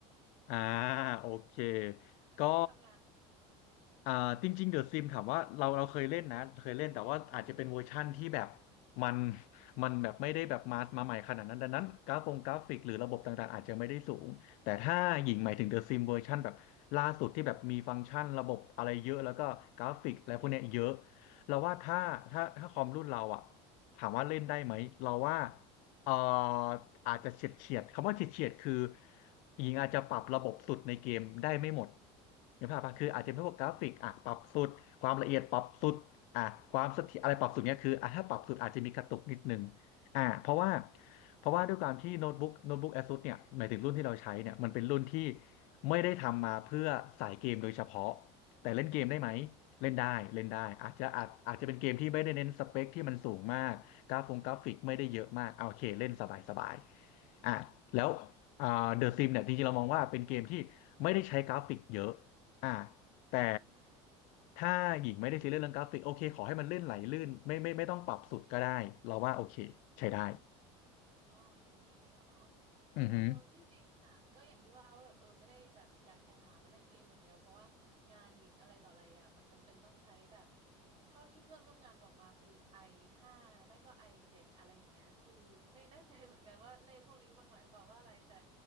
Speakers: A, on the left (about 60°); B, on the right (about 40°).
A: อ่าโอเค
B: <laughs> จะใช้ทำงานด้วย
A: ก็อ่าจริงๆเดอะซิมถามว่าเราเราเคยเล่นนะเคยเล่นแต่ว่าอาจจะเป็นเวอร์ชั่นที่แบบมันมันแบบไม่ได้แบบมามาใหม่ขนาดนั้นดังนั้นกราฟงกราฟิกหรือระบบต่างๆอาจจะไม่ได้สูงแต่ถ้าหญิงหมายถึงเดอะซิมเวอร์ชันแบบล่าสุดที่แบบมีฟังก์ชันระบบอะไรเยอะแล้วก็กราฟิกอะไรพวกเนี้ยเยอะเราว่าถ้าถ้าถ้าคอมรุ่นเราอะ
B: อืม
A: ถามว่าเล่นได้ไหมเราว่า เอ่ออาจจะเฉียดเฉียดคำว่าเฉียดเฉียดคือหญิงอาจจะปรับระบบสุดในเกมได้ไม่หมดเห็นภาพปะคืออาจจะเป็นพวกกราฟิกอ่ะปรับสุดความละเอียดปรับสุดอ่ะความเสถียรอะไรปรับสุดเนี่ยคืออ่ะถ้าปรับสุดอาจจะมีกระตุกนิดนึง
B: อืม
A: อ่ะเพราะว่าเพราะว่าด้วยความที่โน้ตบุ๊กโน้ตบุ๊ก ASUS เนี่ยหมายถึงรุ่นที่เราใช้เนี่ยมันเป็นรุ่นที่ไม่ได้ทำมาเพื่อสายเกมโดยเฉพาะแต่เล่นเกมได้ไหม
B: อ๋อ
A: เล่นได้เล่นได้อาจจะอาจอาจจะเป็นเกมที่ไม่ได้เน้นสเปคที่มันสูงมาก กราฟงกราฟิกไม่ได้เยอะมากเอาโอเคเล่นสบายสบายอ่ะแล้วอ่าเดอะซิมเนี่ยจริงๆเรามองว่าเป็นเกมที่ไม่ได้ใช้กราฟิกเยอะอ่าแต่
B: อืมอืม
A: ถ้าหญิงไม่ได้ซีเรียสเรื่องกราฟิกโอเคขอให้มันเลื่อนไหลลื่นไม่ไม่ไม่ต้องปรับสุดก็ได้เราว่าโอเคใช้ได้
B: อ๋อเป็นอย่างนี้เหรอเออ
A: อือฮึ
B: ที่จริงอ่ะก็อย่างที่ว่าว่าแบบเออไม่ได้แบบอยากจะหามาเล่นเกมอย่างเดียวเพราะว่างานหญิงอะไรต่ออะไรอ่ะมันจำเป็นต้องใช้แบบเท่าที่เพื่อนร่วมงานบอกมาคือไอห้าไม่ก็ไอเจ็ดอะไรอย่างเงี้ยคือไม่แน่ใจเหมือนกันว่าเลขพวกนี้มันหมายความว่าอะไรแต่